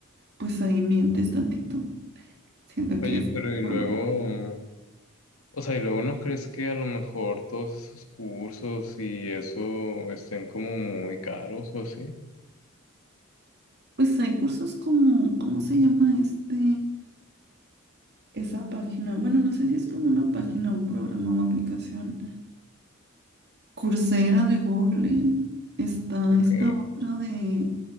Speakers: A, on the right; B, on the left.
A: pues ahí mientes tantito. Siento
B: oye,
A: que es...
B: pero y
A: normal.
B: luego... O sea, y luego no crees que a lo mejor todos esos cursos y eso estén como muy caros o así.
A: Pues hay cursos como, ¿cómo se llama este, esa página? Bueno, no sé si es como una página, un programa o aplicación Coursera de Google, ¿eh? está
B: Ok,
A: esta otra de,